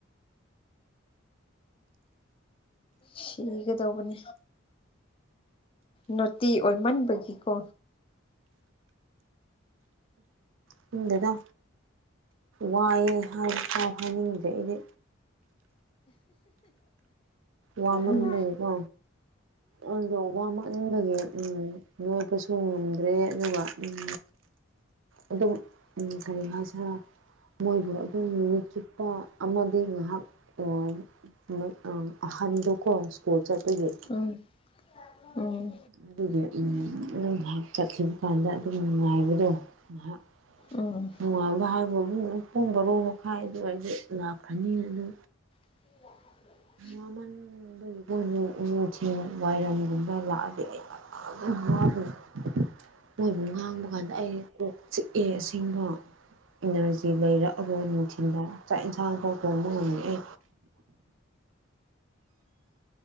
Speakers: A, on the left; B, on the right.
A: ꯁꯤꯒꯗꯧꯕꯅꯦ ꯅꯣꯇꯤ ꯑꯣꯏꯃꯟꯕꯒꯤꯀꯣ꯫
B: ꯈꯪꯗ꯭ꯔꯦꯗ ꯋꯥꯏꯌꯦ ꯍꯥꯏꯕꯐꯥꯎ ꯍꯥꯏꯅꯤꯡꯗ꯭ꯔꯦ ꯑꯩꯗꯤ ꯋꯥꯃꯟꯕꯒꯤꯀꯣ
A: ꯎꯝ
B: ꯑꯗꯣ ꯋꯥꯃꯟꯕꯒꯤ ꯎꯝ ꯅꯣꯏꯕꯁꯨ ꯉꯝꯗ꯭ꯔꯦ ꯑꯗꯨꯒ ꯎꯝ ꯑꯗꯨꯝ ꯎꯝ ꯀꯔꯤ ꯍꯥꯥꯏꯁꯤꯔ ꯃꯣꯏꯕꯨ ꯑꯗꯨꯝ ꯅꯨꯃꯤꯠ ꯆꯨꯞꯄ ꯑꯃꯗꯤ ꯉꯥꯏꯍꯥꯛ <unintelligible> ꯑꯍꯥꯟꯗꯣꯀꯣ ꯁ꯭ꯀꯣꯜ ꯆꯠꯄꯒꯤ꯫
A: ꯎꯝ ꯎꯝ ꯎꯝ
B: ꯑꯗꯨꯒꯤ ꯎꯝ ꯉꯍꯥꯛ ꯆꯠꯈꯤꯕ ꯀꯥꯟꯗ ꯑꯗꯨꯝ ꯅꯨꯡꯉꯥꯏꯕꯗꯣ ꯉꯍꯥꯛ
A: ꯎꯝ
B: ꯅꯨꯡꯉꯥꯏꯕ ꯍꯥꯏꯕꯕꯨ ꯄꯣꯡ ꯕꯥꯔꯣ ꯃꯈꯥꯏꯗ <unintelligible> ꯑꯩꯗ ꯂꯥꯛꯈꯅꯤ ꯑꯗꯨ
A: <inaudible>
B: ꯋꯥꯃꯟꯕꯒꯤꯀꯣ ꯅꯨꯡ ꯅꯨꯡꯊꯤꯟ ꯋꯥꯏꯔꯝꯒꯨꯝꯕ ꯂꯥꯛ ꯑꯗꯤ <unintelligible> ꯃꯣꯏꯕꯨ ꯉꯥꯡꯕ ꯀꯥꯟꯗ ꯑꯩ ꯀꯣꯛ ꯆꯤꯛꯑꯦ ꯑꯁꯤ <unintelligible> ꯏꯅꯔꯖꯤ ꯂꯩꯔꯛꯑꯔꯣꯏ ꯅꯨꯡꯊꯤꯟꯗ ꯆꯥꯛ ꯏꯟꯁꯥꯡꯐꯥꯎ ꯇꯣꯡꯕ ꯉꯝꯃꯛꯑꯦ